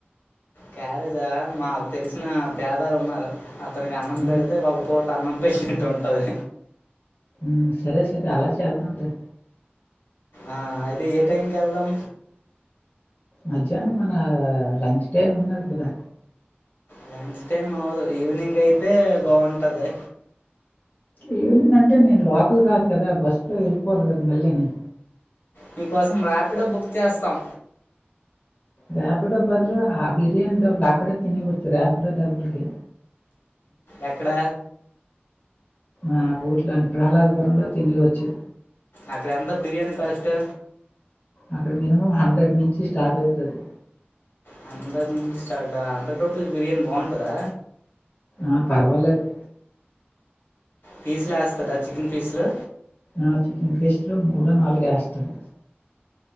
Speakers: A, on the left (about 70°); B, on the left (about 45°).
A: క్యారేజా మాకు తెలిసిన పేదోలున్నారు అతనికి అన్నం
B: ఆ,
A: పెడితే ఒకపూట అన్నం పెట్టినట్టు ఉంటది
B: మ్ సరే సరే అలా చేద్దాం లే
A: ఆ అది ఏ టైం కెళ్దాం
B: మధ్యాహ్నం మన లంచ్ టైమ్ ఉన్నది కదా
A: లంచ్ కే మావూలు ఈవినింగ్ అయితే బావుం కదే
B: ఈవనింగ్ అంటే నేను లోకల్ కాదు కదా బస్సులో ఎళ్ళిపోవాలి కదా మళ్ళీ నీ
A: మీకోసం రాపిడో బుక్ చేస్తాం
B: రాపిడో బదులు ఆ బిర్యానీ డబ్బులు అక్కడే తినేవచ్చు రాపిడో డబ్బులుకి
A: ఎక్కడ
B: ఆ ఊర్లీని ప్రహ్లాదపురంలొ తినేవచ్చు
A: అక్కడ ఎంత బిర్యానీ కాస్టు
B: అక్కడ మినిమం హండ్రెడ్ నుంచి స్టార్ట్ అవుతాది
A: హండ్రెడ్ నుంచి స్టార్ట్ ఆ హండ్రెడ్ రూపీస్ బిర్యానీ బావుంటదా
B: ఆ పర్వాలేదు
A: పీస్ లేస్తడా చికెన్ పీస్లు
B: ఆ చికెన్ పీస్లు మూడో, నాలుగో వేస్తాడు